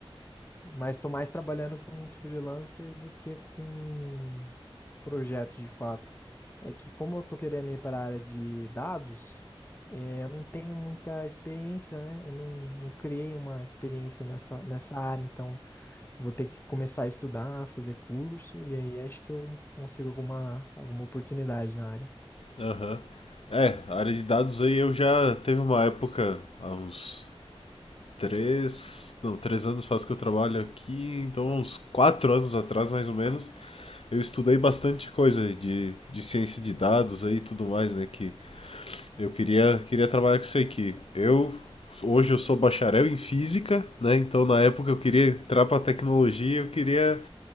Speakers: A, on the left; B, on the left.
A: mas estou mais trabalhando com freelancer do que com projetos de fato. É que como eu estou querendo ir para a área de dados, eh, eu não tenho muita experiência, né? Eu não, não criei uma experiência nessa, nessa área, então vou ter que começar a estudar, fazer curso, e aí acho que eu consigo alguma, alguma oportunidade na área.
B: Aham. É, a área de dados aí eu já teve uma época, há uns três, não, três anos faz que eu trabalho aqui, então uns quatro anos atrás mais ou menos, eu estudei bastante coisa de, de ciência de dados aí e tudo mais, né, que eu queria, queria trabalhar com isso aí, que eu, hoje eu sou bacharel em física, né, então na época eu queria entrar pra tecnologia, eu queria